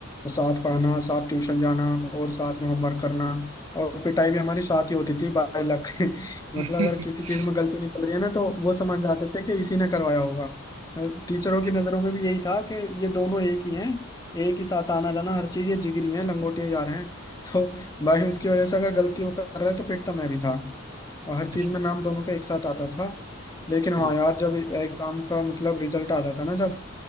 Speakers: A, on the left; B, on the right.
A: साथ पढ़ना साथ ट्यूशन जाना और साथ में होमवर्क करना और पिटाई भी हमारी साथ ही होती थी बाई लक
B: <laughs>
A: <laughs> मतलब अगर किसी चीज में गलती निकल रही है ना तो वो समझ जाते थे कि इसी ने करवाया होगा टीचरों
B: अच्छा
A: की नजरों में भी यही था कि ये दोनों एक ही हैं एक ही साथ आना जाना हर चीज ये जिगरी हैं लंगोटिया जा रहे हैं <laughs> तो भाई उसकी वजह से अगर गलती वो कर रहा है तो पिटता मैं भी था और हर चीज
B: अच्छा
A: में नाम दोनों का एक साथ आता था लेकिन
B: ओ
A: हाँ यार जब एग्जाम का मतलब रिजल्ट आता था ना जब